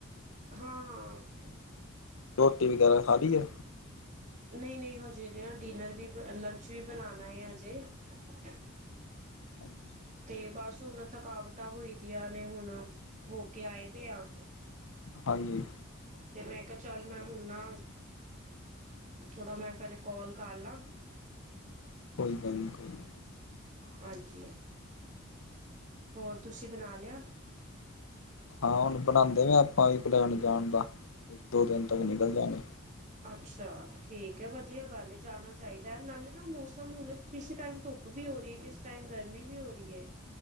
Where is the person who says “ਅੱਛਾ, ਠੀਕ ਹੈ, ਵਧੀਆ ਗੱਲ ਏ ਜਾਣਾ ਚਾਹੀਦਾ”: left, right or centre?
Right